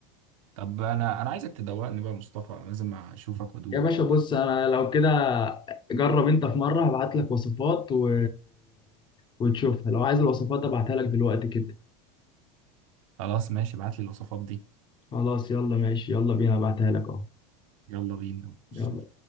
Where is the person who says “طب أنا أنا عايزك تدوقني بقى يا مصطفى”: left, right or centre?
Right